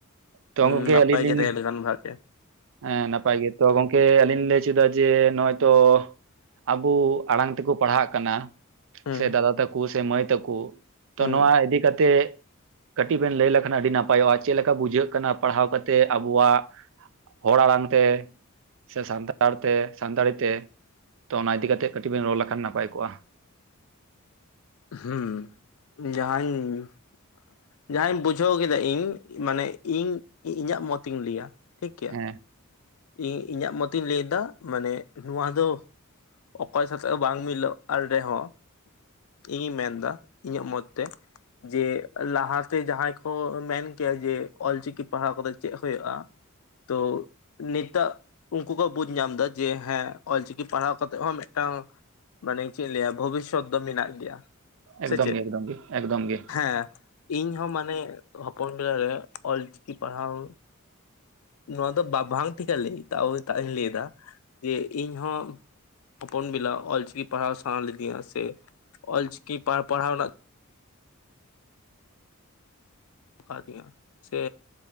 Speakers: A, on the right (about 60°); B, on the left (about 75°).
A: ᱛᱚ
B: ᱦᱩᱸ
A: ᱜᱚᱝᱠᱮ
B: ᱱᱟᱯᱟᱭ
A: ᱟᱹᱞᱤᱧ ᱞᱤᱧ
B: ᱜᱮ ᱛᱟᱦᱮᱸ ᱞᱮᱠᱷᱟᱱ ᱵᱷᱟᱜᱮ
A: ᱦᱮᱸ ᱱᱟᱯᱟᱭ ᱜᱮᱛᱚ ᱜᱚᱝᱠᱮ ᱜᱚᱝᱠᱮ ᱟᱹᱞᱤᱧ ᱞᱤᱧ ᱞᱟᱹᱭ ᱦᱚᱪᱚᱭᱫᱟ ᱡᱮ ᱱᱚᱜᱼᱚᱭ ᱛᱚ ᱟᱵᱚ ᱟᱲᱟᱝ ᱛᱮᱠᱚ ᱯᱟᱲᱦᱟᱜ ᱠᱟᱱᱟ
B: ᱦᱩᱸ
A: ᱥᱮ ᱫᱟᱫᱟ ᱛᱟᱠᱚ ᱥᱮ ᱢᱟᱹᱭ ᱛᱟᱠᱚ ᱛᱚ
B: ᱦᱩᱸ
A: ᱱᱚᱣᱟ ᱤᱫᱤ ᱠᱟᱛᱮᱜ ᱠᱟᱹᱴᱤᱡ ᱵᱮᱱ ᱞᱟᱹᱭ ᱞᱮᱠᱷᱟᱱ ᱟᱹᱰᱤ ᱱᱟᱯᱟᱭᱚᱜᱼᱟ ᱪᱮᱫ ᱞᱮᱠᱟ ᱵᱩᱡᱷᱟᱹᱜ ᱠᱟᱱᱟ ᱯᱟᱲᱦᱟᱣ ᱠᱟᱛᱮ ᱟᱵᱚᱣᱟᱜᱼᱼ ᱦᱚᱲ ᱟᱲᱟᱝ ᱛᱮ ᱥᱮ ᱥᱟᱱᱛᱟᱲ ᱛᱮ ᱥᱟᱱᱛᱟᱲᱤ ᱛᱮ ᱛᱚ ᱚᱱᱟ ᱤᱫᱤ ᱠᱟᱛᱮᱜ ᱠᱟᱹᱴᱤᱡ ᱵᱮᱱ ᱨᱚᱲ ᱞᱮᱠᱷᱟᱱ ᱱᱟᱯᱟᱭ ᱠᱚᱜᱼᱟ᱾
B: ᱦᱮᱸ ᱡᱟᱦᱟᱧ ᱡᱟᱦᱟᱸᱧ ᱵᱩᱡᱷᱟᱹᱣ ᱠᱮᱫᱟ ᱤᱧ ᱢᱟᱱᱮ ᱤᱧ ᱤᱧᱟᱹᱜ ᱢᱚᱛ ᱤᱧ ᱞᱟᱹᱭᱟ ᱴᱷᱤᱠ? ᱜᱮᱭᱟ
A: ᱦᱮᱸ
B: ᱤᱧ ᱤᱧᱟᱹᱜ ᱢᱚᱛᱤᱧ ᱞᱟᱹᱭᱫᱟ ᱢᱟᱱᱮ ᱱᱚᱣᱟ ᱫᱚ ᱚᱠᱚᱭ ᱥᱟᱛᱮᱜ ᱦᱚᱸ ᱵᱟᱝ ᱢᱤᱞᱟᱹᱜ ᱟᱨ ᱨᱮᱦᱚᱸ ᱤᱧᱤᱧ ᱢᱮᱱᱫᱟ ᱤᱧᱟᱜ ᱢᱚᱛ ᱛᱮ ᱡᱮ ᱞᱟᱦᱟ ᱛᱮ ᱡᱟᱦᱟᱸᱭ ᱠᱚ ᱢᱮᱱ ᱠᱮᱭᱟ ᱡᱮ ᱚᱞᱪᱤᱠᱤ ᱯᱟᱲᱦᱟᱣ ᱠᱟᱛᱮ ᱪᱮᱫ ᱦᱩᱭᱩᱜᱼᱟ ᱛᱚ ᱱᱤᱛᱚᱜ ᱩᱱᱠᱩ ᱠᱚ ᱵᱩᱡ ᱧᱟᱢ ᱫᱟ ᱡᱮ ᱦᱮᱸ ᱚᱞᱪᱤᱠᱤ ᱯᱟᱲᱦᱟᱣ ᱠᱟᱛᱮᱜ ᱦᱚᱸ ᱢᱤᱫᱴᱟᱝ ᱢᱟᱱᱮ ᱪᱮᱫ ᱤᱧ ᱞᱟᱹᱭᱟ ᱵᱷᱚᱵᱤᱥᱥᱚᱛ ᱫᱚ ᱢᱮᱱᱟᱜ ᱜᱮᱭᱟ᱾
A: ᱮᱠᱫᱚᱢ
B: ᱥᱮ ᱪᱮᱫ
A: ᱜᱮ ᱮᱠᱫᱚᱢ ᱜᱮ ᱮᱠᱫᱚᱢ ᱜᱮ᱾
B: ᱦᱮᱸ ᱤᱧ ᱦᱚᱸ ᱢᱟᱱᱮ ᱦᱚᱯᱚᱱ ᱵᱮᱞᱟ ᱨᱮ ᱚᱞᱪᱤᱠᱤ ᱯᱟᱲᱦᱟᱣ ᱱᱚᱣᱟ ᱫᱚ ᱵᱟᱵᱟᱝ <unintelligible> ᱞᱟᱹᱭ ᱛᱟᱣ ᱛᱟᱣ ᱤᱧ ᱞᱟᱹᱭ ᱮᱫᱟ ᱡᱮ ᱤᱧ ᱦᱚᱸ ᱦᱚᱯᱚᱱ ᱵᱮᱞᱟ ᱚᱞᱪᱤᱠᱤ ᱯᱟᱲᱦᱟᱣ ᱥᱟᱱᱟ ᱞᱤᱫᱤᱧᱟ ᱥᱮ ᱚᱞᱪᱤᱠᱤ ᱯᱟᱲᱦᱟᱣ ᱯᱟᱲᱦᱟᱣ ᱨᱮᱱᱟᱜ ᱠᱷᱟᱫᱤᱭᱟ ᱥᱮ